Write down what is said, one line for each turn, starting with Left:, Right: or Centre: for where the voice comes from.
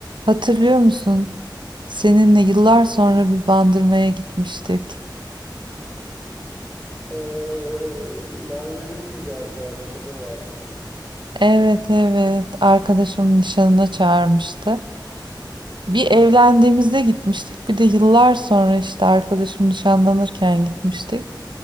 Right: Hatırlıyor musun? Seninle yıllar sonra bir bandırmaya gitmiştik.
Centre: Ee, Merve'nin galiba nişanı vardı değil mi?
Right: Evet evet arkadaşımın nişanına çağırmıştı. Bir evlendiğimizde gitmiştik bir de yıllar sonra işte arkadaşım nişanlanırken gitmiştik.